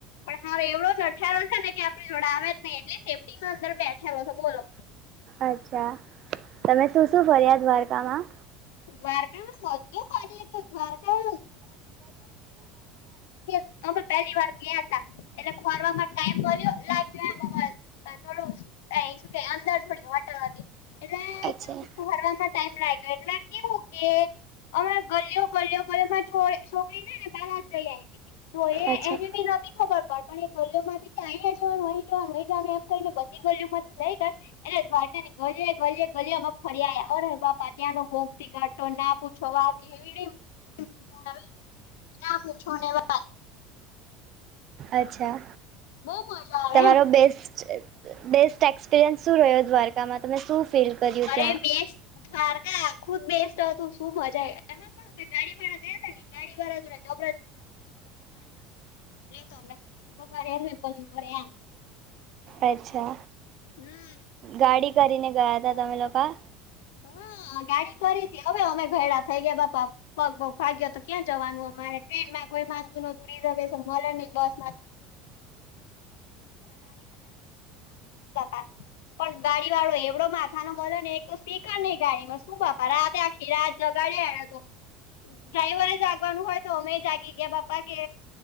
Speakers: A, on the left (about 85°); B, on the right (about 45°).
A: પણ હા એવડો જ અઠારો છે ને કે આપડે જોડે આવે જ નહીં એટલે સેફ્ટી માં અંદર બેઠેલો છે બોલો.
B: અચ્છા. તમે શું-શું ફર્યા દ્વારકામાં?
A: દ્વારકામાં બધું ફરી લીધું. દ્ધારકાનું <unintelligible> અમે પહેલી વાર ગયા તા. એટલે ખોરવામાં ટાઈમ <unintelligible> લાગ્યો એમમ અહ થોડું આય શું કે અંદર થોડી હોટલ હતી, એટલે
B: અચ્છા
A: કેવું <unintelligible> ફરવામાં ટાઈમ લાયગો એટલે કેવું કે અમારે ગલીઓ-ગલીઓ <unintelligible> છો છોકરી રેય ને <unintelligible> જઈ આવી. તો એ
B: અચ્છા
A: એને બી નોતી ખબર પડ પણ એ <unintelligible> ઓ માંથી કે અહીયાં જવાનું <unintelligible> બધી ગોલીઓ માંથી લઈ ગઈ એટલે દ્વારકા ની ગલીયે ગલીયે ગલીયે અમે ફરી આયા. અરે બાપા ત્યાં નું ઘો <unintelligible> ના પૂછો વાત એવડી <inaudible> ના પૂછો ને વાત.
B: અચ્છા.
A: બહુ મજા આવે
B: તમારો
A: એમ
B: બેસ્ટ બેસ્ટ એક્સપિરિયન્સ શું રહ્યો, દ્વારકામાં તમે શું ફીલ કર્યું?
A: અરે
B: ત્યાં
A: બેસ્ટ દ્વારકા આ ખુદ બેસ્ટ હતું. શું મજા <unintelligible> <unintelligible> ગાડી વાળા જોડે <unintelligible> રહ્યો તો અમને, કોક વાર <unintelligible>
B: અચ્છા.
A: હમ
B: ગાડી કરીને ગયા હતા તમે લોકા?
A: હમ્મ. આ ગાડી કરી તી, હવે અમે ઘરડાં થઈ ગયા બાપા પગ બગ ભાંગ્યો તો ક્યાં જવાનું અમારે, ટ્રેનમાં કોઈ માનતું નોતું, રિઝર્વેશન મલે નહીં બસ. <unintelligible> પન ગાડી વાળો એવડો માથા નો મલ્યો એ તો પીકા નહીં ગાડીમાં, શું બાપા રાતે આખી રાત જગાડ્યો એને તો. ડ્રાઈવરે જાગવાનું હોય તો અમે જાગી ગયા, બાપા કે